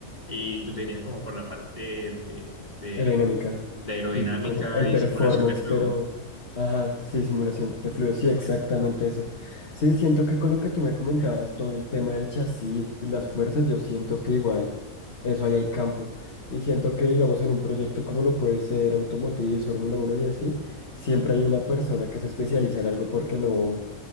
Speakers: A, on the left; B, on the left.
A: Y tú te irías como por la parte de, de-
B: Aerodinámica,
A: de aerodinámica
B: sí, como el
A: y
B: performance,
A: simulación de flujo.
B: pero, ajá, sí, simulación de fluidos, sí, exactamente
A: Eh,
B: eso. Sí, siento que con lo que tú me comentabas, todo el tema del chasis, las fuerzas, yo siento que igual, eso ahí hay campo. Y siento que, digamos, en un proyecto como lo puede ser Automotriz, Fórmula uno y así, siempre hay una persona que se especializa en algo porque no,